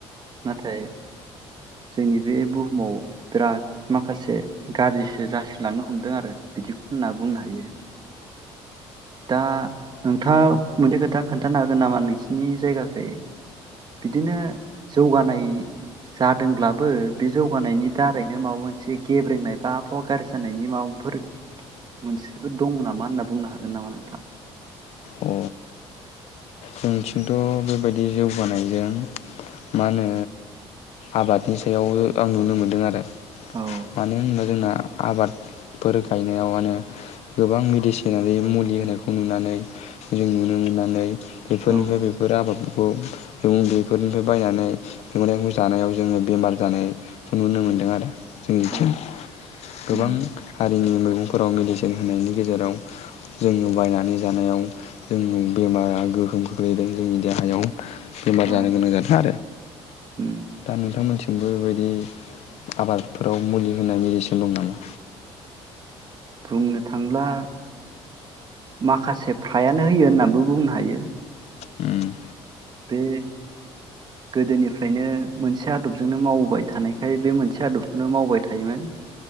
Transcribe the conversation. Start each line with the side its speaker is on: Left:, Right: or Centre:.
Right: नाथाय जोंनि बे बुहुमाव बिराद माखासे गाज्रिसो जासिलांनो हमदों आरो बिदि होनना बुंनो हायो। दा नोंथाङा मोनसे खोथा खोन्थानो हागोन नामा नोंसिनि जायगाखै बिदिनो जौगानाय जादोंब्लाबो बे जौगानायनि दारैनो माबा मोनसे गेब्रेंनाय बा आबहावा गाज्रि जानायनि माबाफोर मोनसेफोर दं नामा होनना बुंनो हागोन नामा? नोंथां,
Left: अ जोंनिथिंथ बेबायदि जौगानायजों मा होनो आबादनि सायाव आं नुनो मोनदों आरो
Right: औ
Left: मानो होनोबा जोंना आबादफोर गायनायावनो गोबां मेडिसिनारि मुलि होनायखौ नुनानै जों नुनो मोननानै बेफोरनिफ्राय
Right: औ
Left: बेफोर आबाद बे मैगं बेफोरनिफ्राय बायनानै मैगंथाइगं जानायाव जोङो बेमार जानायखौ नुनो मोनदों आरो। जों बिथिं
Right: औ
Left: गोबां
Right: उम
Left: हारिनि मैगं फोराव मेडिसिन होनायनि गेजेराव जोङो बायनानै जानायाव जों बेमारा गोहोम खोख्लैदों जोंनि देहायाव बेमार
Right: औ
Left: जानो गोनां जादों आरो
Right: उम
Left: दा नोंथां मोनथि जोंबो बेबायदि आबादफोराव मुलि होनाय मेडिसिन दं नामा?
Right: बुंनो थांब्ला माखासे फ्रायानो होयो होननानैबो बुंनो हायो।
Left: नामा
Right: बे। गोदोनिफ्रायनो मोनसे आदबजोंनो मावबाय थानायखाय बे मोनसे आदबखौनो मावबाय थायोमोन